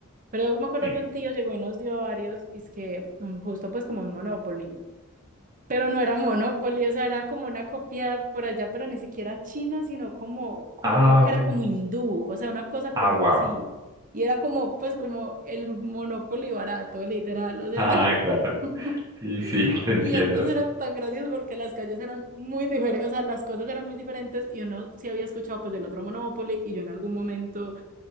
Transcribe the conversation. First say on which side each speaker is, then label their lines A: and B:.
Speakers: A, on the right; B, on the right.
A: pero yo me acuerdo
B: sí.
A: que un tío llegó y nos dio varios, y es que mm, justo pues como un monopolio. Pero no era Monopoly, o sea, era como una copia por allá, pero ni siquiera china, sino como, como
B: Ah,
A: creo que era
B: bueno.
A: como hindú, o sea, una cosa como
B: Ah, guau.
A: así. Y era como, pues como el Monopoly barato, literal, o sea,
B: Ah,
A: era como...
B: claro.
A: <laughs>
B: Sí, sí, <laughs> te entiendo.
A: Y entonces eran tan graciosos porque las calles eran muy diferentes, o sea, las cosas eran muy diferentes y uno sí había escuchado pues del otro Monopoly y yo en algún momento